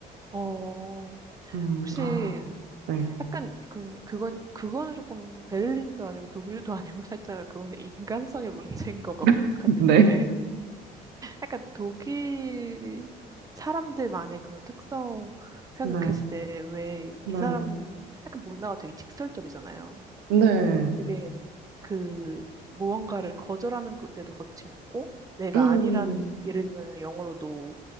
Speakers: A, on the right; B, on the right.
A: 어,
B: 음,
A: 혹시
B: 아, 네,
A: 약간 그, 그건, 그거는 조금 베를린도 아니고 독일도 아니고 살짝 그거는 인간성의 문제인 것 같-
B: <laughs>
A: 같은데.
B: 네,
A: 약간 독일 사람들만의 그런 특성 생각했을
B: 네,
A: 때 왜
B: 네,
A: 이 사람 약간 문화가 되게 직설적이잖아요.
B: 네,
A: 되게 그 무언가를 거절하는 데도 거침없고 내가
B: 음,
A: 아니라는 예를 들면 영어로도